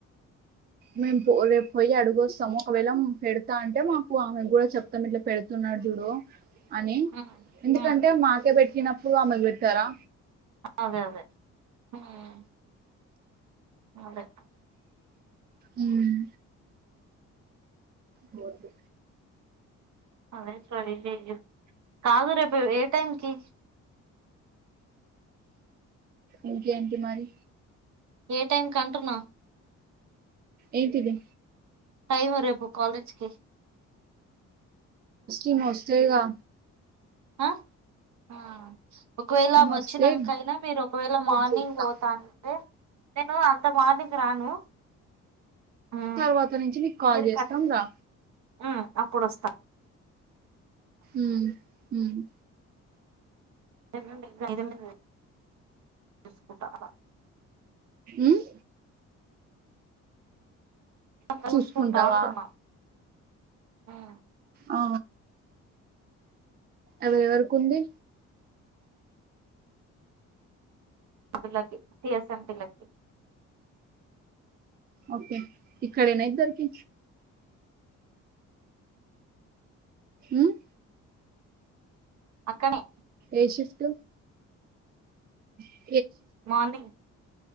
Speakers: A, on the right; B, on the right.
A: మేము పోలె పోయి అడుగొస్తము ఒకవేళ పెడతా అంటే మాకు ఆమె కూడా చెప్తాం ఇట్ల పెడుతున్నా ఆద్జుడు అని
B: ఉమ్
A: ఎందుకంటే
B: ఉమ్
A: మాకే పెట్టినప్పుడు ఆమెకు పెట్టరా
B: అదే అదే ఉమ్ అదే
A: ఉమ్ గోట్లు
B: అదే కాదు ఇదెయ్యు కాదు రేపు ఏ టైంకి
A: ఇంకేంటి మరి
B: ఏ టైం కంటున్నా?
A: ఏంటిది
B: టైము రేపు కాలేజ్కి
A: ఈమోస్తదిగా
B: అ ఆ ఒకవేళ
A: ఈమె
B: ఆమె వచ్చినాంకైనా
A: వస్తే
B: మీరు ఒకవేళ మార్నింగ్
A: చూస్తా
B: పోతాంటే నేను అంత మార్నింగ్ రాను ఆ
A: తర్వాత నుంచి నీకు కాల్
B: మీరు
A: చేస్తాం
B: కట్
A: రా
B: ఆ అప్పుడు అస్త
A: ఉమ్మ్ ఉమ్
B: <unintelligible> ఏవండీ జరగండి మీరు చూసుకుంటా అలా
A: ఉమ్
B: గ్ చూస్కుంటా
A: చూసుకుంటావా
B: అంటున్న ఉమ్
A: ఆ ఎవరెవరికుంది
B: ఆపిల్లకి టి ఎస్ ఎం పిల్లకి
A: ఓకే ఇక్కడేనా ఇద్దరికి ఉమ్
B: అక్కనే
A: ఏ షిఫ్ట్ ఉమ్
B: మార్నింగ్